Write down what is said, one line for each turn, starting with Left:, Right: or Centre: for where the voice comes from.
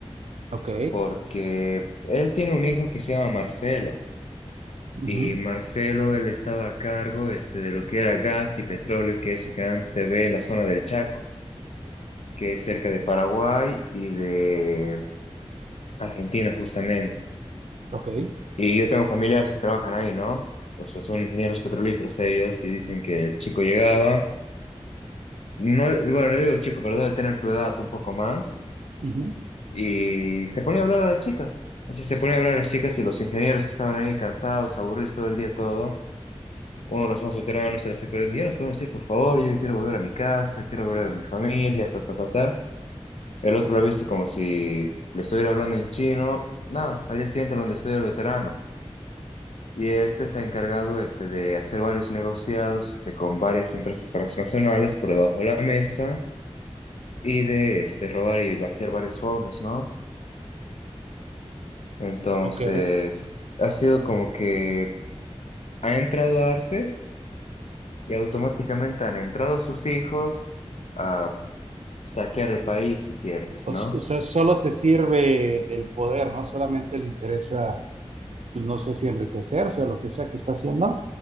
Right: Ok.
Left: porque él tiene un hijo que se llama Marcelo
Right: ujú,
Left: y Marcelo él estaba a cargo este, de lo que era gas y petróleo, que eso generalmente se ve en la zona del Chaco, que es cerca de Paraguay y de Argentina justamente.
Right: Ok.
Left: Y yo tengo familiares que trabajan ahí, ¿no? O sea, son ingenieros petrolíferos ellos y dicen que el chico llegaba, no, bueno, le digo chico, pero debe tener tu edad un poco más.
Right: ujú,
Left: Y se ponía a hablar a las chicas. Así se ponía a hablar a las chicas y los ingenieros que estaban ahí cansados, aburridos todo el día, todo. Uno de los más veteranos de la secundaria dijo, ya nos podemos ir, por favor, yo quiero volver a mi casa, quiero volver a mi familia, ta, ta, ta, ta. El otro lo ha visto como si le estuviera hablando en chino. Nada, al día siguiente lo han despedido el veterano. Y este se ha encargado este, de hacer varios negociados este, con varias empresas transnacionales por debajo de la mesa y de este, robar y vaciar varios fondos, ¿no? Entonces,
Right: Ok.
Left: ha sido como que ha entrado Arce y automáticamente han entrado sus hijos a saquear el país, si quieres,
Right: O,
Left: ¿no?
Right: s- o sea, solo se sirve del poder, ¿no? Solamente le interesa, pues no sé si enriquecerse o lo que sea que está haciendo